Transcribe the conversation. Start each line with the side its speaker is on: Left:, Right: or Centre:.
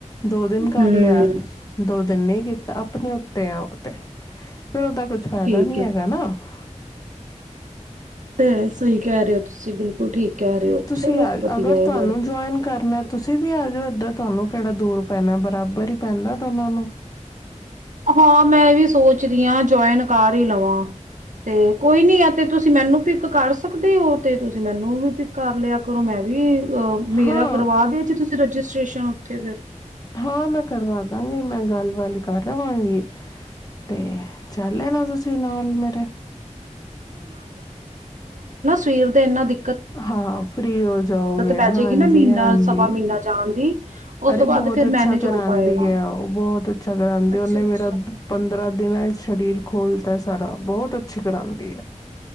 Left: ਦੋ ਦਿਨ ਕਰ
Right: ਹਮ
Left: ਲਿਆ ਦੋ ਦਿਨ ਨ ਕੀਤਾ ਆਪਣੇ ਉੱਤੇ ਆ ਉਹ ਤੇ ਫੇਰ ਉਹਦਾ ਕੁਛ ਫਾਇਦਾ
Right: ਠੀਕ
Left: ਨੀ
Right: ਹੈ
Left: ਹੈਗਾ ਨਾ <inaudible>
Right: ਤੇ ਸਹੀ ਕਹਿ ਰਹੇ ਹੋ ਤੁਸੀਂ ਬਿਲਕੁਲ ਠੀਕ ਹੈਰੇ ਹੋ
Left: ਤੁਸੀਂ
Right: ਚਲੋ
Left: ਆ
Right: ਵਧੀਆ
Left: ਅਗਰ
Right: ਹੈ
Left: ਤੁਹਾਨੂੰ
Right: ਹੋਰ
Left: ਜੁਆਇਨ ਕਰਨਾ ਤੁਸੀਂ ਵੀ ਆ ਜਾਓ ਏਦਾਂ ਤੁਹਾਨੂੰ ਕਿਹੜਾ ਦੂਰ ਪੈਣਾ ਬਰਾਬਰ ਹੀ ਪੈਂਦਾ ਉਹਨਾਂ ਨੂੰ
Right: ਹਾਂ ਮੈਂ ਵੀ ਸੋਚ ਰਹੀ ਹਾਂ ਜੁਆਇਨ ਕਰ ਹੀ ਲਵਾਂ ਤੇ ਕੋਈ ਨੀ ਆ ਤੇ ਤੁਸੀਂ ਮੈਨੂੰ ਪਕ ਕਰ ਸਕਦੇ ਹੋ ਤੇ ਤੁਸੀਂ ਮੈਨੂੰ ਵੀ ਕਰ ਲਿਆ ਕਰੋ ਮੈਂ ਵੀ ਅਹ ਮੇਰਾ
Left: ਹਾਂ
Right: ਕਰਵਾ ਦੇ ਜ ਤੁਸੀਂ ਰਜਿਸਟ੍ਰੇਸ਼ਨ ਉੱਥੇ ਫਿਰ
Left: ਹਾਂ ਮੈਂ ਕਰਵਾ ਦ ਕਰਾਂਗੇ ਮੈਂ ਗੱਲ-ਬੱਲ ਕਰ ਲਵਾਂਗੀ, ਤੇ ਚੱਲੇ ਨਾ ਤੁਸੀਂ ਨਾਲ ਮੇਰੇ
Right: ਸਰੀਰ ਦੇ ਇੰਨਾ ਦਿ
Left: ਹਾਂ ਫਰੀ ਹੋ ਜਾਓਗੇ,
Right: ਪੈ
Left: ਹਾਂਜੀ-
Right: ਜਾਏਗੀ ਨਾ ਮਹੀਨਾ
Left: ਹਾਂਜੀ
Right: ਸਵਾ ਮਹੀਨਾ ਜਾਣ ਦੀ ਉਸ
Left: ਅਰੇ
Right: ਤੋਂ ਬਾਅਦ
Left: ਬਹੁਤ
Right: ਫਿਰ
Left: ਅੱਛਾ
Right: ਮੈਨੇਜ
Left: ਕਰਾਂਦੀ
Right: ਹੋ ਪਾਏਗਾ।
Left: ਆ ਉਹ ਬਹੁਤ ਅੱਛਾ ਕਰਾਂਦੀ
Right: ਅੱਛਾ
Left: ਆ, ਉਹਨੇ
Right: ਅੱਛਾ।
Left: ਮੇਰਾ ਪੰਦਰਾਂ ਦਿਨਾਂ ਸਰੀਰ ਖੋਲਤਾ ਸਾਰਾ ਬਹੁਤ ਅ ਅੱਛੀ ਕਰਾਂਦੀ ਐ।